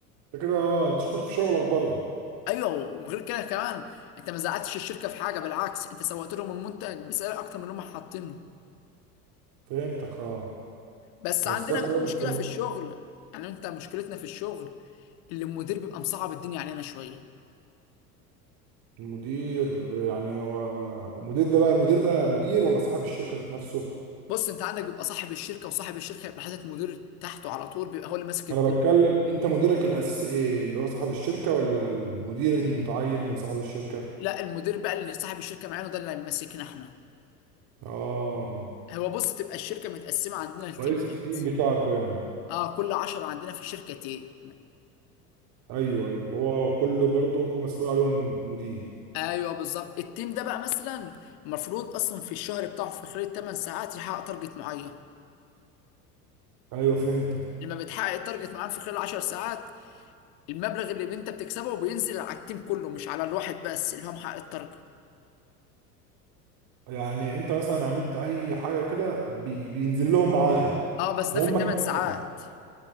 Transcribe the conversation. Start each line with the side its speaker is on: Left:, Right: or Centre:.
Right: انت كده اه انت شاطر في شغلك برضه
Left: ايوه وغير كده كمان انت ما زعلتش الشركه في حاجه بالعكس انت سوقت لهم المنتج بسعر اكتر من اللي هم حاطينه
Right: فهمتك اه
Left: بس
Right: بس
Left: عندنا
Right: ده كويس
Left: بقى مشكله
Right: والله
Left: في الشغل يعني انت مشكلتنا في الشغل اللي المدير بيبقى مصعب الدنيا علينا شويه
Right: المدير يعني هو المدير ده بقى المدير ده مدير ولا صاحب الشركة ذات نفسه؟
Left: بص انت عندك بيبقى صاحب الشركه وصاحب الشركه يبقى حاطط مدير تحته على طول بيبقى هو اللي ماسك الدنيا
Right: انا بتكلم انت مديرك الاساسي ايه اللي هو صاحب الشركة ولا المدير المتعين من صاحب الشركة؟
Left: لا المدير بقى اللي صاحب الشركه معانا ده اللي هيمسكنا احنا
Right: اه
Left: هو بص تبقى الشركه متقسمه عندنا التيمات
Right: رئيس التيم بتاعكوا يعني
Left: اه كل عشرة عندنا في الشركه تيم
Right: ايوه ايوه هو كله برضه مسؤول عليهم مدير
Left: ايوه بالظبط التيم ده بقى مثلا المفروض اصلا في الشهر بتاعه في خلال 8 ساعات يحقق تارجت معين
Right: ايوه فهمتك
Left: لما بتحقق التارجت معين في خلال 10 ساعات المبلغ اللي انت بتكسبه بينزل على التيم كله مش على الواحد بس اللي هو محقق التارجت
Right: يعني انت مثلا عملت اي حاجة كده بي... بينزل لهم معاك
Left: اه بس ده
Right: وهم
Left: في الثمان
Right: كسلان
Left: ساعات